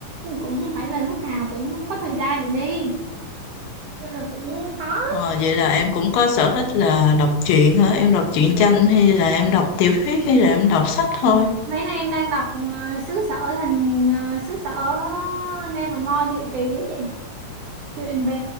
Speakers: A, on the right (about 85°); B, on the left (about 85°).
A: cũng không phải là lúc nào cũng có thời gian để đi nên là cũng khó
B: Ờ, vậy là em cũng có sở thích là đọc truyện hả? Em đọc truyện tranh hay là em đọc tiểu thuyết hay là em đọc sách thôi?
A: mấy nay em đang đọc ờ, xứ sở thần ờ, xứ sở Nevermore diệu kỳ á chị chuyện về